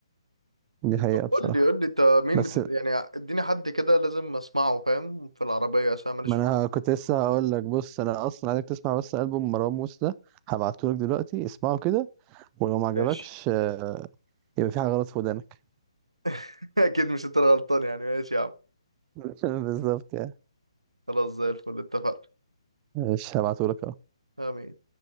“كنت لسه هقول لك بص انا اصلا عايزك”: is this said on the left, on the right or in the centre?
Right